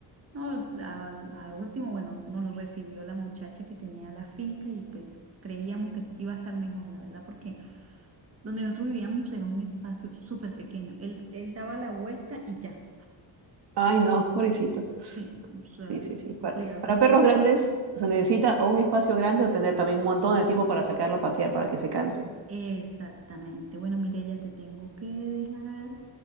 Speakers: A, on the right; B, on the right.
A: No, a, a- a último, bueno, nos lo recibió la muchacha que tenía la finca y pues creíamos que iba a estar mejor, la verdad, porque donde nosotros vivíamos era un espacio súper pequeño. Él, él daba la vuelta y ya.
B: Ay, no, pobrecito.
A: Sí, o sea,
B: Sí, sí, sí. Para,
A: sufría uno.
B: para perros grandes se necesita o un espacio grande o tener también un montón de tiempo para sacarlo a pasear para que se canse.
A: Exactamente. Bueno, mire, ya te tengo que dejar